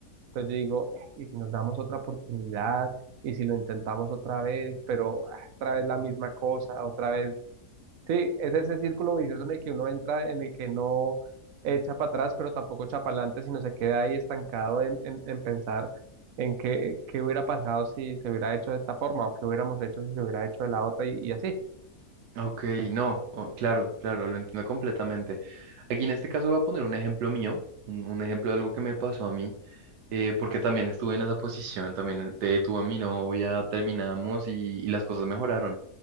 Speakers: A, on the right; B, on the right.
A: Entonces yo digo, "Eh, y si nos damos otra oportunidad, y si lo intentamos otra vez, pero ah, otra vez la misma cosa, otra vez. Sí, es ese círculo vicioso en el que uno entra, en el que no echa para atrás, pero tampoco echa para adelante, sino se queda ahí estancado en, en, en pensar en qué, qué hubiera pasado si se hubiera hecho de esta forma o qué hubiéramos hecho si se hubiera hecho de la otra y, y así.
B: Ok, no, oh, claro, claro, lo entiendo completamente. Aquí en este caso voy a poner un ejemplo mío, un, un ejemplo de algo que me pasó a mí eh, porque también estuve en esa posición, también te detuve a mi novia, terminamos y, y las cosas mejoraron.